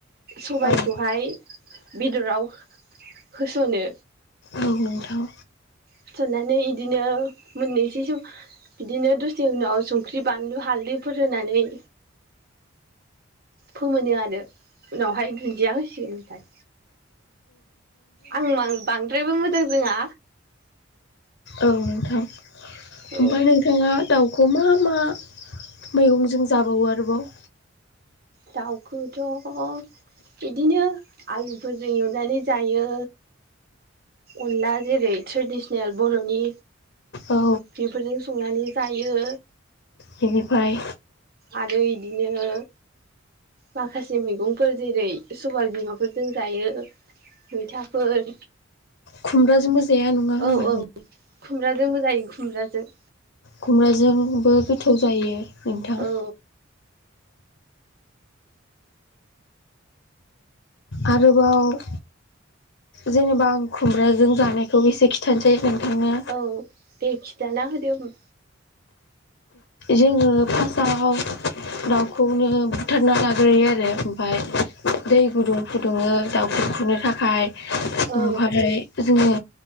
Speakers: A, on the right; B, on the left.
A: सबायखौहाय
B: ओमफ्राय
A: बेदराव होस'नो।
B: औ नोंथां।
A: होसननानै इदिनो मोननोसै सम इदिनो दसे उनाव संख्रि, बानलु, हालदैफोर होनानै फोमोनो आरो उनावहाय दुन्दिया होसिगोन ओमफाय। आं बांद्रायबो मोजां रोङा।
B: औ नोंथां।
A: औ
B: ओमफाय नोंथाङा दाउखौ खौ मा मा मैगंजों जाबावो आरोबाव?
A: दाउखौथ' इदिनो आलुफोरजों एवनानै जायो। अनला जेरै ट्रेडिसनेल बर'नि
B: औ।
A: बेफोरजों संनानै जायो।
B: बेनिफाय?
A: आरो इदिनो माखासे मैगंफोर जेरै सबाय बिमाफोरजों जायो। मैथाफोर औ
B: खुमब्राजोंबो जाया नङा होमबा
A: औ।
B: नों
A: खुमब्राजोंबो जायो खुमब्राजों।
B: खुमब्राजोंबो गोथाव जायो नोंथां।
A: औ
B: आरोबाव जेनेबा आं खुमब्राजों जानायखौ एसे खिथानोसै। नोंथांनो
A: औ दे खिथाना होदो होम
B: जोङो फासाव दाउखौनो बुथारना लाग्रोयो आरो ओमफाय दै गुदुं फुदुङो, दाउखौ खुनो थाखाय।
A: औ
B: ओमफाय जोङो